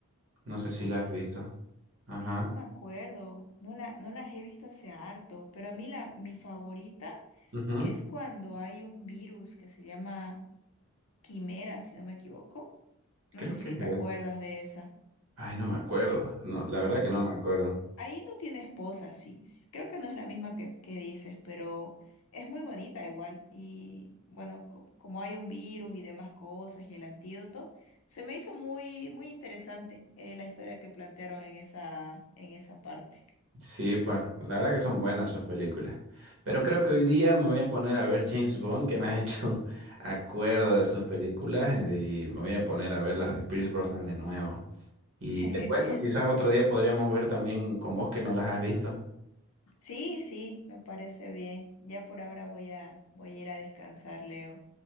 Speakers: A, on the right; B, on the left.
A: No sé si
B: a
A: la
B: su
A: has visto.
B: esposa.
A: Ajá.
B: Mira, no me acuerdo, no, la, no las he visto hace harto, pero a mí la, mi favorita
A: Ujú.
B: es cuando hay un virus que se llama Quimera, si no me equivoco. No
A: Creo
B: sé si
A: que
B: te
A: es.
B: acuerdas de esa.
A: Ay, no me acuerdo. No, la verdad que no me acuerdo.
B: Ahí no tiene esposa, sí. S- Creo que no es la misma que, que dices, pero es muy bonita igual. Y bueno, co- como hay un virus y demás cosas y el antídoto, se me hizo muy, muy interesante eh, la historia que plantearon en esa, en esa parte.
A: Sí, pues, la verdad que son buenas sus películas. Pero creo que hoy día me voy a poner a ver James Bond, que me ha hecho <laughs> acuerdo de sus películas, y me voy a poner a ver las de Pierce Brosnan de nuevo. Y
B: <laughs>
A: te cuento, quizás otro día podríamos ver también con vos que no las has visto.
B: Sí, sí, me parece bien. Ya por ahora voy a, voy a ir a descansar, Leo.